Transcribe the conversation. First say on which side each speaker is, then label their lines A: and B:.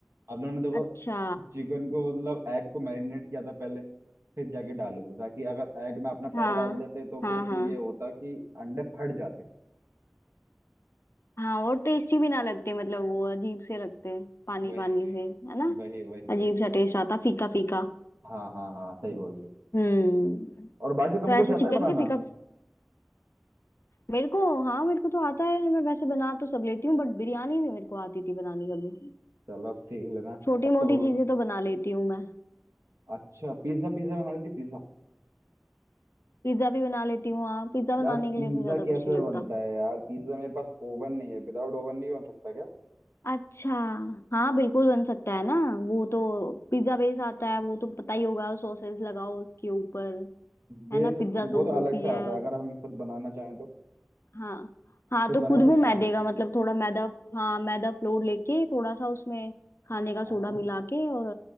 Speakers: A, on the right; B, on the left.
A: आप लोगों ने देखो
B: अच्छा
A: चिकन को मतलब एग को मैरिनेट किया था पहले फिर जाके डाल देते ताकि अगर एग में अपना पहले
B: हाँ
A: डाल देते तो
B: हाँ
A: फिर इसमें
B: हाँ
A: ये होता कि अंडे फट जाते
B: हाँ और टेस्टी भी ना लगते मतलब वो अजीब से रखते हैं पानी
A: वही
B: पानी
A: वही
B: से है ना
A: वही वही वही
B: अजीब सा टेस्ट आता फीका फीका
A: हाँ हाँ हाँ सही बोल रहे
B: हम्म
A: हो और बाकी तुमको
B: तो ऐसे
A: कुछ आता
B: चिकन
A: है बनाना
B: के फीका मेरे को हाँ मेरे को तो आता है मैं वैसे बना तो सब लेती हूँ बट बिरयानी नहीं मेरे को आती थी बनानी कभी
A: चलो अब सीख लेना
B: छोटी
A: अब
B: मोटी
A: तो
B: चीजें
A: बस
B: तो बना लेती हूँ मैं
A: अच्छा पिज्जा पिज्जा बना लेती पिज्जा
B: पिज्जा भी बना लेती हूँ हाँ पिज्जा
A: यार
B: बनाने के
A: पिज्जा
B: लिए तो ज्यादा
A: कैसे
B: कुछ नहीं लगता
A: बनता है यार पिज्जा मेरे पास ओवन नहीं है विदाउट ओवन नहीं बन सकता क्या
B: अच्छा हाँ बिल्कुल बन सकता है ना वो तो पिज्जा बेस आता है वो तो पता ही होगा सॉसेस लगाओ उसके ऊपर
A: बेस
B: है ना पिज्जा सॉस
A: वो तो
B: होती
A: अलग से
B: है
A: आता है अगर हम खुद बनाना चाहें तो
B: हाँ हाँ
A: खुद
B: तो
A: बना
B: खुद
A: सकते
B: वो मैदे
A: हैं
B: का मतलब थोड़ा मैदा हाँ मैदा फ्लोर लेके थोड़ा सा उसमें खाने का
A: हाँ
B: सोडा मिला के और